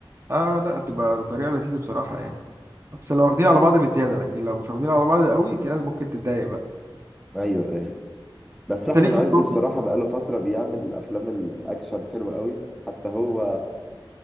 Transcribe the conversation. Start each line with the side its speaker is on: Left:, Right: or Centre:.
Right: اه لا تبقى طريقه لذيذه بصراحه يعني بس لو واخدين على بعض بزياده لكن لو مش واخدين على بعض قوي في ناس ممكن تتضايق بقى
Centre: ايوه ايوه بس
Right: انت
Centre: احمد
Right: ليك
Centre: عز
Right: في الكوميدي
Centre: بصراحه بقاله فتره بيعمل افلام الاكشن حلوه قوي حتى هو